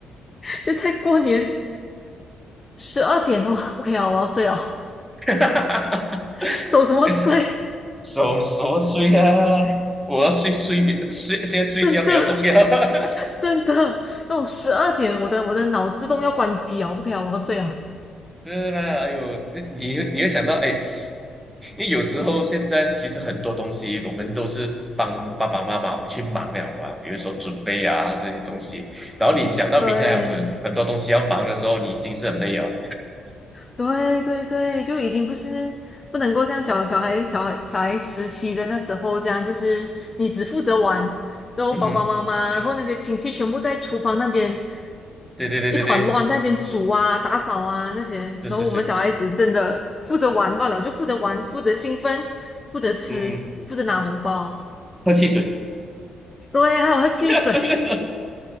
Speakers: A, on the left; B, in the centre.
A: <laughs> 现在过年十二点哦，o k 以啊，我要睡哦，
B: <laughs>
A: <laughs> 守什么睡？
B: 是守守岁啊，我要睡睡比睡，现在睡觉比较重要。
A: 真的
B: <laughs>
A: <laughs> 真的，那种十二点，我的我的脑自动要关机哦，不可以啊，我要睡了。
B: 是啦，哎呦，你你你会想到哎，因为有时候现在其实很多东西我们都是帮爸爸妈妈去忙了嘛，比如说准备啊这些东西，然后你想到明天还有很很多东西要忙的时候，
A: 对
B: 你已经是很累了。
A: 对对对，就已经不是不能够像小小孩小孩小孩时期的那时候这样，就是你只负责玩，然后爸爸妈妈，
B: 嗯哼，
A: 然后那些亲戚全部在厨房那边
B: 对对对对对，
A: 一团乱，在那边煮啊、打扫啊那些，
B: 是是是，
A: 然后我们小孩子真的负责玩罢了，就负责玩，负责兴奋，负责吃，
B: 嗯，
A: 负责拿红包，
B: 喝汽水。
A: 对，还有喝汽水。
B: <laughs>